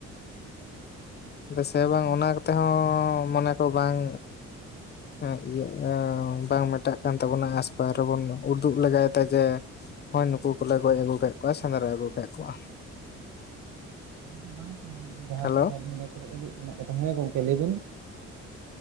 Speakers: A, on the right; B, on the left.
A: ᱟᱫᱚ
B: ᱫᱮᱥᱮ
A: ᱜᱚᱝᱠᱮ
B: ᱵᱟᱝ ᱚᱱᱟ ᱠᱚ ᱛᱮ ᱦᱚᱸ ᱢᱚᱱᱮ ᱠᱚ ᱵᱟᱝ
A: <inaudible>
B: ᱦᱮᱸ ᱤᱭᱟᱹ ᱵᱟᱝ ᱢᱮᱴᱟᱜ ᱠᱟᱱ ᱛᱟᱵᱚᱱᱟ ᱟᱥᱯᱟᱭ ᱨᱮ ᱵᱚᱱ ᱩᱫᱩᱜ ᱞᱮᱜᱟᱭ ᱫᱟ ᱡᱮ ᱦᱚᱭ ᱱᱩᱠᱩ ᱠᱚᱞᱮ ᱜᱚᱡ ᱟᱹᱜᱩ ᱠᱮᱫ ᱠᱚᱣᱟ ᱥᱮᱸᱫᱽᱨᱟ ᱟᱹᱜᱩ ᱠᱮᱫ ᱠᱚᱣᱟ᱾
A: ᱫᱚ ᱵᱟᱝ ᱠᱟᱱᱟ ᱡᱟᱦᱟᱸ
B: ᱦᱮᱞᱳ
A: ᱥᱚᱥᱟᱹᱞ ᱢᱤᱰᱤᱭᱟ ᱠᱚ ᱨᱮ ᱩᱫᱩᱜ ᱨᱮᱱᱟᱜ ᱠᱟᱛᱷᱟ ᱦᱮᱸ ᱜᱚᱝᱠᱮ ᱞᱟᱹᱭ ᱵᱤᱱ᱾